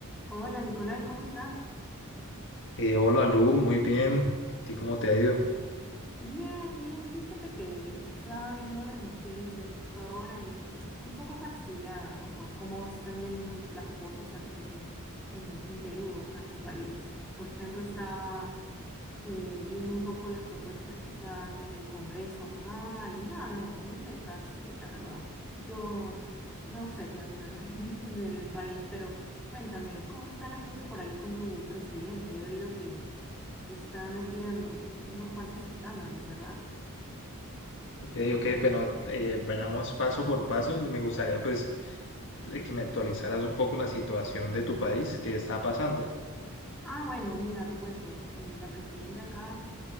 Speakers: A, in the centre; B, on the left.
A: Hola Nicolai, ¿cómo estás?
B: Eh, hola Lu, muy bien. ¿Y cómo te ha ido?
A: Bien, bien, fíjate que estaba viendo las noticias justo ahora y un poco fastidiada, ¿no? Por cómo están yendo las cosas aquí en, en, en Perú, acá en el país. Por ejemplo, estaba eh, viendo un poco las propuestas que está dando el Congreso acá y no, no, un desastre, la verdad. Yo no sé qué hacer <laughs> del país, pero cuéntame, ¿cómo están las cosas por ahí con tu presidente? He oído que Está metido en, en unos cuantos escándalos, ¿verdad?
B: Ok, ok, bueno, eh, vayamos paso por paso. y Me gustaría pues eh, que me actualizaras un poco la situación de tu país, qué está pasando.
A: Ah, bueno, mira, te cuento. eh, la presidenta acá,